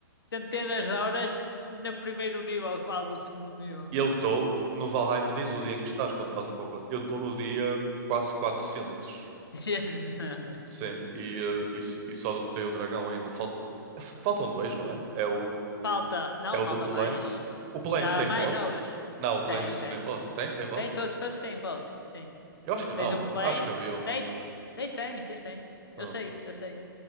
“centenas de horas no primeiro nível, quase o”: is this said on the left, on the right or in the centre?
Left